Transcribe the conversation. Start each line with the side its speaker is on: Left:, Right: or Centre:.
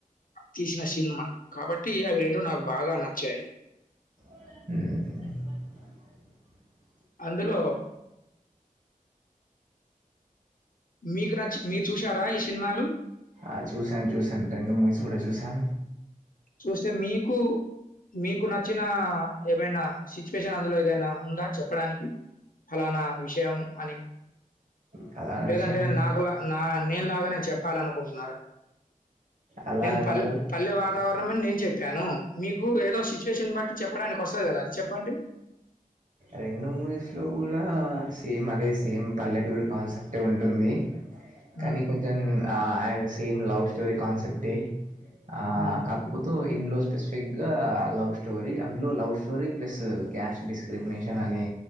Left: తీసిన షీన్మా కాబట్టి అవి రెండు నాకు బాగా నచ్చాయి
Right: ఉమ్
Left: అందులో మీకు నచ్చి మీరు చూశారా ఈ షీన్మాలు?
Right: ఆ చూశాను చూశాను రెండు మూవీస్ గూడ చూశాను
Left: చూస్తే మీకు మీకు నచ్చినా ఏమైనా సిచ్యువేషన్ అందులో ఏదైనా ఉందా చెప్పడానికి? ఫలానా విషయం అని,
Right: ప్రధాన
Left: లేదంటే
Right: విషయం మనం
Left: నాకులా నా నేనులాగానే చెప్పాలనుకుంటున్నార?
Right: అలా
Left: నేను పల్
Right: కాదు
Left: పల్లె వా
Right: అదే
Left: నేను చెప్పాను మీకు ఏదో సిచ్యుయేషన్ బట్టి చెప్పడానికొస్తది గదా అది చెప్పండి
Right: రెండు మూవీస్ లో గూడా సేమ్ అదే సేమ్ పల్లెటూరి కాన్సెప్టే ఉంటుంది
Left: హ్మ్.
Right: కనీ కొంచెం ఆ అండ్ సేమ్ లవ్ స్టోరీ కాన్సెప్టే ఆ
Left: హ్మ్.
Right: కాకపోతే ఇంలో స్పెసిఫిక్ గా లవ్ స్టోరీ అందులో love story plus cash discrimination అనే